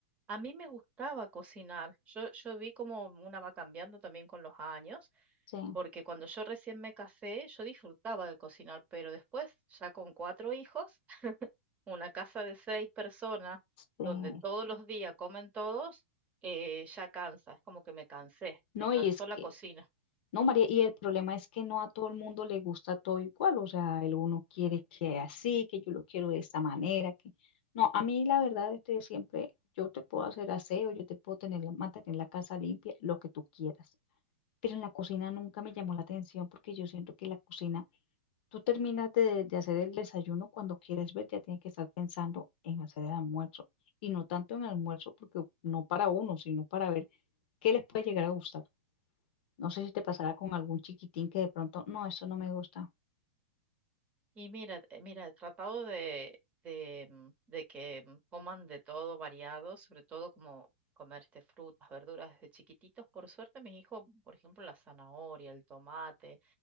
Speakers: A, on the right; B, on the left.
A: A mí me gustaba cocinar. Yo, yo vi como una va cambiando también con los años,
B: Sí,
A: porque cuando yo recién me casé, yo disfrutaba de cocinar, pero después, ya con cuatro hijos, <laughs> una casa de seis personas,
B: sí.
A: donde todos los días comen todos, eh, ya cansa, es como que me cansé,
B: No,
A: me cansó
B: y es que
A: la cocina.
B: No, María, y el problema es que no a todo el mundo le gusta todo igual, o sea, el uno quiere que así, que yo lo quiero de esta manera, que no, a mí la verdad es que siempre yo te puedo hacer aseo, yo te puedo tener la, mantener la casa limpia, lo que tú quieras, pero en la cocina nunca me llamó la atención porque yo siento que la cocina, tú terminas de, de hacer el desayuno cuando quieres ver, ya tienes que estar pensando en hacer el almuerzo, y no tanto en el almuerzo, porque no para uno, sino para ver qué les puede llegar a gustar. No sé si te pasará con algún chiquitín que de pronto, no, eso no me gusta.
A: Y mira, eh, mira, he tratado de, de, mm, de que mm, coman de todo variado, sobre todo como comer este, frutas, verduras desde chiquititos. Por suerte, mis hijos, por ejemplo, la zanahoria, el tomate,